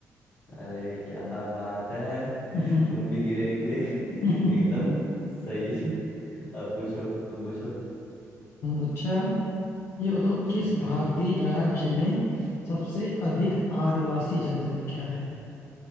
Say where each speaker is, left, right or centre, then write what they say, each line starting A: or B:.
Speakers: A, on the left; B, on the left.
A: अरे क्या बात है <laughs>
B: <laughs>
A: तुम भी हीरे निकले <laughs> एकदम
B: हम्म
A: सही अब पूछो तुम पूछो
B: अच्छा ये बताओ किस
A: हम्म
B: भारतीय राज्य में सबसे अधिक आदिवासी जनसंख्या है